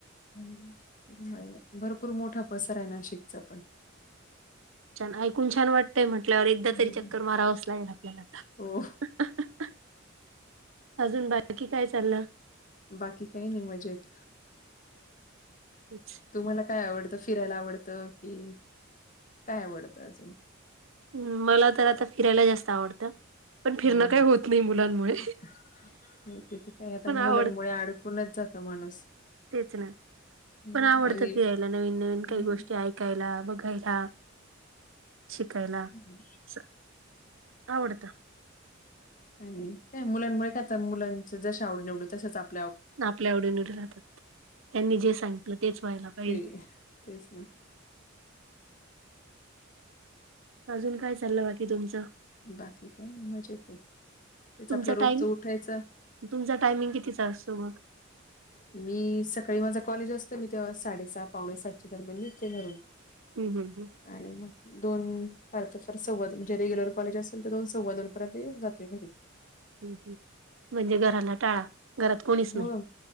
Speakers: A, on the left (about 40°); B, on the right (about 70°).
A: हम्म, <unintelligible> भरपूर मोठा पसाराय नाशिकचा पण.
B: छान. ऐकून छान वाटतय म्हंटल्यावर, एकदा
A: हम्म.
B: तरी चक्कर मारावंच लागेल, आपल्याला आता.
A: हो.
B: <unintelligible> अजून, बाकी काय चाललं?
A: बाकी काही नाही, मजेत.
B: अच्छा
A: तुम्हाला काय आवडतं? फिरायला आवडतं की, काय आवडतं अजून?
B: हम्म, मला तर आता फिरायला जास्त आवडतं. पण फिरणं
A: हम्म,
B: काही होत नाही मुलांमुळे.
A: हम. <inaudible> तीथ काय आता,
B: पण आवडतं
A: मुलांमुळे आड कुणच जात, माणूस.
B: तेच ना,
A: हम्म
B: पण आवडतं
A: आणि
B: फिरायला. नवीन- नवीन
A: हं,
B: काही गोष्टी ऐक ऐकायला, बघायला, शिकायला,
A: हं.
B: अस आवडतं.
A: आणि काय मुलांमुळे. काय आता मुलांच जशा आवडी- निवडी. तशाच आप
B: आपल्या आवडी- निवडी राहतात. त्यांनी जे सांगितलं, तेच व्हायला पाहिजे.
A: ते तेच ना.
B: अजून काय चाललं? बाकी तुमचं.
A: बाकी काही नाही मजेतय. तेच
B: तुमचा
A: आपलं रोजच
B: टाईम
A: उठायचं
B: तुमचा टायमिंग कितीचा असतो, मग?
A: मी सकाळी माझा कॉलेज असत. मी तेव्हा साडेसहा, पावणे सातच्या दरम्यान, निघते घरून.
B: हम्, हं, हं.
A: आणि म दोन, फार तर फार सव्वादोन म्हणजे रेग्युलर कॉलेज असेल, तर दोन- सव्वा दोन पर्यंत येऊन जाते घरी.
B: ह, ह. म्हणजे घराला टाळा. घरात कोणीच
A: हो.
B: नाही